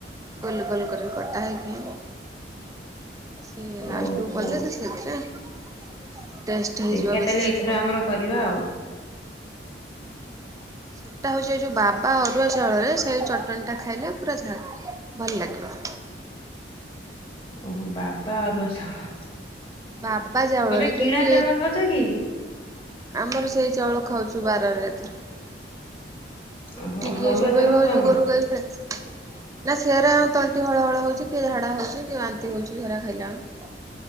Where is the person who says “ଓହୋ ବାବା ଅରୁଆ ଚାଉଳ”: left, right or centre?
Left